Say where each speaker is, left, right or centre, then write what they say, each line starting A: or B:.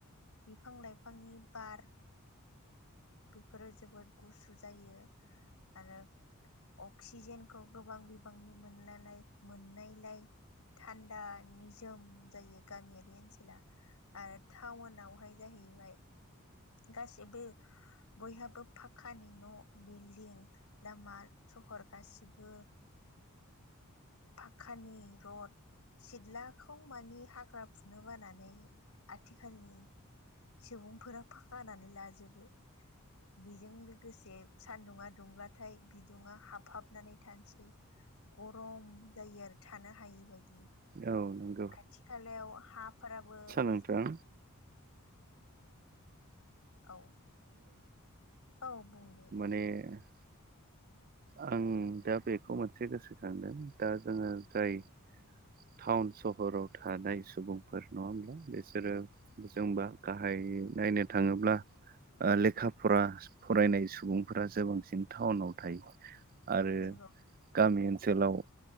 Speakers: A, on the left; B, on the right.
A: बिफां लाइफांनि बार बेफोरो जोबोद गुसु जायो आरो अक्सिजेनखौ गोबां बिबांनि मोनलालाय मोननायलाय थान्दा निजोम जायो गामियारि ओनसोला आरो टाउनावहाय जाहैबाय गासिबो बयहाबो फक्कानि न' बिल्दििं लामा सहर गासिबो फाखानि र'ड सिथ्लाखौ मानि हाग्रा फुनो बानानै आथिखालनि सुबुंफोरा फाखानानै लाजोबो बेजों लोगोसे सान्दुंङा दुंब्लाथाय बिदुुंा हाबहाबनानै थानोसै गरम जायो आरो थानो हायिबायदि
B: औ नं
A: खाथि खालायाव हाफोराबो
B: नोंथां
A: ए औ औ बुं दे
B: बे आं दा बेखौ मोनसे गोसोखांदों दा जोङो जाय टाउन सहराव थानाय सुबुंफोर नङा होमब्ला बिसोरो जोंबा गाहाय नायनो थाङोब्ला लेखा फरा फरायनाय सुबुंफोरा ज बांसिन टाउनाव थ आरो
A: नंगौ
B: गामि ओनसोलाव